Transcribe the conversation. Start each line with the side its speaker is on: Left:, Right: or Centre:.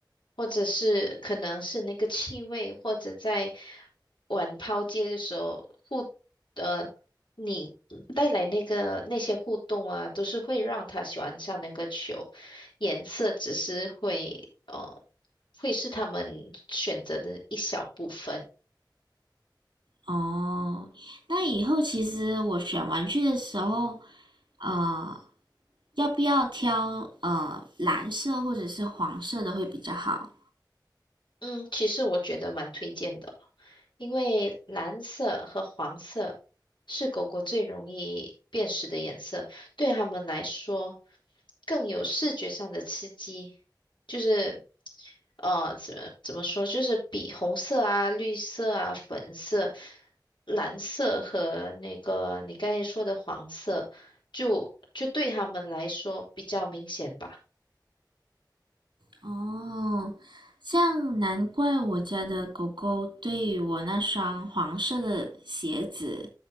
Left: 或者是可能是那个气味，或者在玩抛接的时候互，呃，你带来那个那些互动啊，都是会让他喜欢上那个球，颜色只是会，呃，会是他们选择的一小部分。
Right: 哦，那以后其实我选玩具的时候，呃，要不要挑呃蓝色或者是黄色的会比较好？
Left: 嗯，其实我觉得蛮推荐的。因为蓝色和黄色是狗狗最容易辨识的颜色，对它们来说更有视觉上的刺激，就是呃，怎么怎么说，就是比红色啊、绿色啊、粉色、蓝色和那个你刚才说的黄色，就就对它们来说比较明显吧。
Right: 哦，这样难怪我家的狗狗对我那双黄色的鞋子，